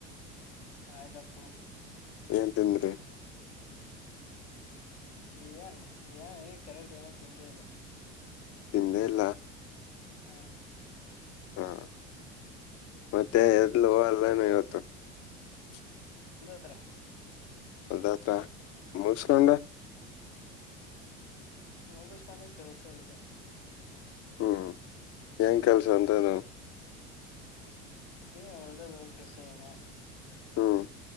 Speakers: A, on the left; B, on the left.
A: ಆಯ್ತಪ್ಪು
B: ಏನ್ ತಿಂದ್ರಿ
A: ಏನು ಏನು ಈ ಕರೆಕ್ಟ್ ಏನು ತಿಂದೆ ಅದು
B: ತಿಂದೇ ಇಲ್ಲ
A: ಹ್ಮ
B: ಹಾ ಮತ್ತೆ
A: ಹ್ಮ್
B: ಎತ್ಲ ಹೋಗಲ್ವೇನು ಇವತ್ತು ಹತ್ತು
A: ಕತ್ರ
B: ಅದಾತ್ರಂಬಸ್ಕೊಂಡ
A: ಮುಗಿಸ್ಕೊಂಡು ಕೆಲಸ ಇದೆ
B: ಹ್ಮ್ ಹೆಂಗ ಕೆಲ್ಸ ಅಂತ ನ
A: ಅವಳದ ರೋಬಡಸ ಏನ
B: ಹ್ಮ